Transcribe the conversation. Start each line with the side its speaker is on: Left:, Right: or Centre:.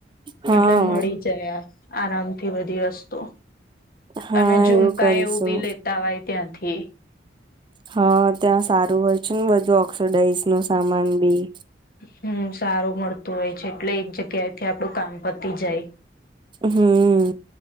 Right: હા
Left: એટલે મળી જાય આરામથી બધી વસ્તુ
Right: હા
Left: અને ઝુમકા
Right: એવું કરીશું
Left: એવું બી લેતા હોય ત્યાંથી
Right: હા ત્યાં સારું હોય છે ને બધું ઓક્સડાઇઝ નો સામાન બી
Left: હમ સારું મળતું હોય છે એટલે એક જગ્યાથી આપડું કામ પતિ જાય.
Right: હમ